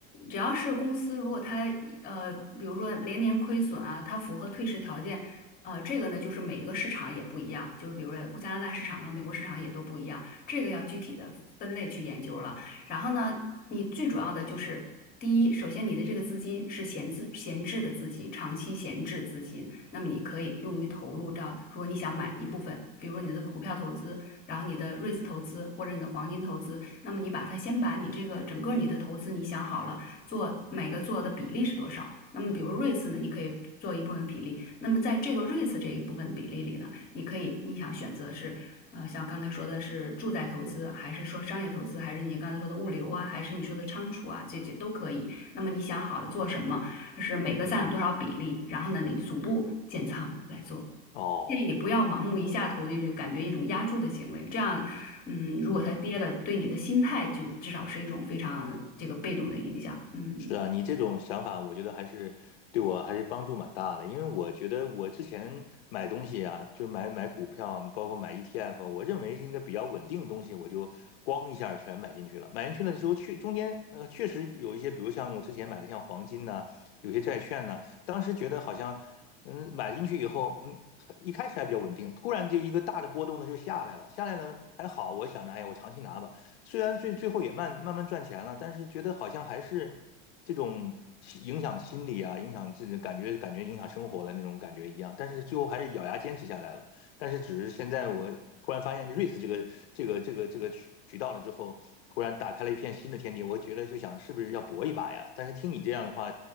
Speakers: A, on the left (about 30°); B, on the left (about 90°).
A: 只要是公司，如果它呃，比如说连年亏损啊，它符合退市条件，呃，这个呢就是每一个市场也不一样，就是比如说加拿大市场和美国市场也都不一样，这个要具体的分类去研究了。然后呢，你最主要的就是第一，首先你的这个资金是闲置闲置的资金，长期闲置资金，那么你可以用于投入到，如果你想买一部分，比如说你的股票投资，然后你的 r e i s 投资或者你的黄金投资。那么你把它先把你这个整个你的投资你想好了，做每个做的比例是多少。那么比如 REITs 呢，你可以做一部分比例。那么在这个 REITs 这一部分比例里呢，你可以你想选择是。呃，像刚才说的是住宅投资，还是说商业投资，还是你刚才说的物流啊，还是你说的仓储啊，这这都可以。那么你想好了做什么，是每个占有多少比例，
B: 嗯，
A: 然后呢，你逐步建仓来做。
B: 哦，
A: 建议你不要盲目一下投进去，感觉一种压住的行为。这样，嗯，如果它跌了，
B: 嗯。
A: 对你的心态就至少是一种非常这个被动的影响。嗯。
B: 是啊，你这种想法，我觉得还是对我还是帮助蛮大的。因为我觉得我之前买东西啊，就是买买股票，包括买 ETF，我认为是一个比较稳定的东西，我就咣一下儿全买进去了。买进去了之后，确中间呃确实有一些，比如像我之前买的像黄金呐、有些债券呐、当时觉得好像嗯买进去以后，嗯一开始还比较稳定，突然就一个大的波动呢就下来了，下来了还好，我想着哎呀我长期拿吧，虽然最最后也慢慢慢赚钱了，但是觉得好像还是这种影响心理啊，影响自己感觉感觉影响生活了那种感觉一样。但是最后还是咬牙坚持下来了。但是只是现在我突然发现瑞 e 这个这个这个这个渠道了之后，突然打开了一片新的天地。我觉得就想是不是要搏一把呀？但是听你这样的话。